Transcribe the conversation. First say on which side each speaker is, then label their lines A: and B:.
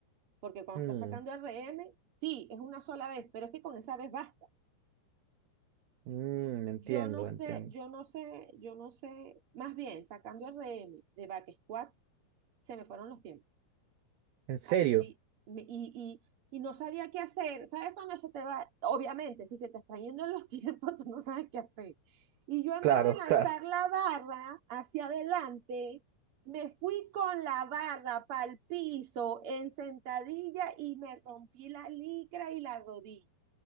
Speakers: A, on the right (about 40°); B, on the right (about 75°).
A: porque cuando
B: Mm,
A: estás sacando RM, sí, es una sola vez, pero es que con esa vez basta.
B: mm, entiendo,
A: Yo no sé,
B: entiendo.
A: yo no sé, yo no sé, más bien sacando RM de back squat, se me fueron los tiempos.
B: ¿En serio?
A: Ahí sí. me- y, y, y no sabía qué hacer. ¿Sabes cuando se te va? Obviamente, si se te están yendo los tiempos, <laughs> tú no sabes qué hacer. Y yo en
B: Claro,
A: vez de lanzar
B: <laughs> claro.
A: la barra hacia adelante, me fui con la barra para el piso en sentadilla y me rompí la licra y la rodilla.